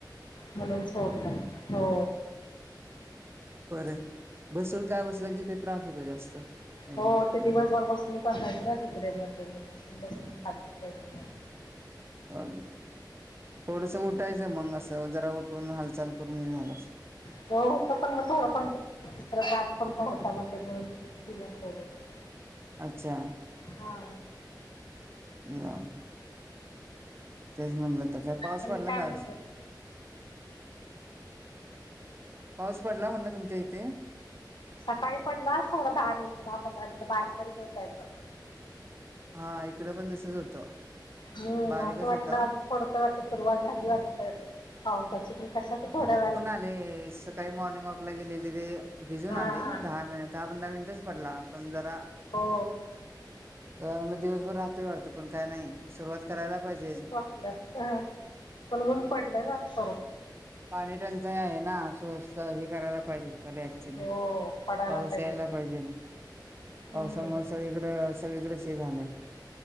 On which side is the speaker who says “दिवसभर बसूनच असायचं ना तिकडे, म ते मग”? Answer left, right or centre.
Left